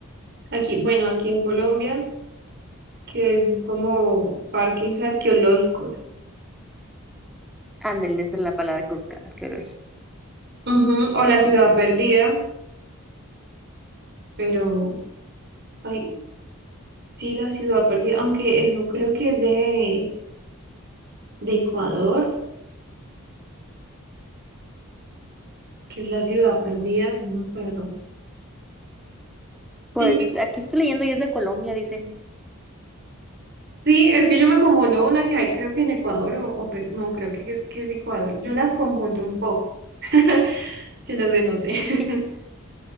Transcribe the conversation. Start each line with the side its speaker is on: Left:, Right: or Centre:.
Right: aquí, bueno, aquí en Colombia, que es como parques arqueológicos.
Centre: Ándale, esa es la palabra que buscaba, arqueológico.
Right: Ujú, O la ciudad perdida, pero, ay, sí, la ciudad perdida, aunque eso creo que es de, de Ecuador, que es la ciudad perdida, no me acuerdo.
Centre: Pues
Right: Sí, sí,
Centre: aquí estoy leyendo y es de Colombia, dice.
Right: Sí, es que yo me confundo una que hay, creo que en Ecuador o, o Perú, no, creo que, que es Ecuador. Yo las confundo un poco, <laughs> que no se note.
Centre: <laughs>
Right: <laughs>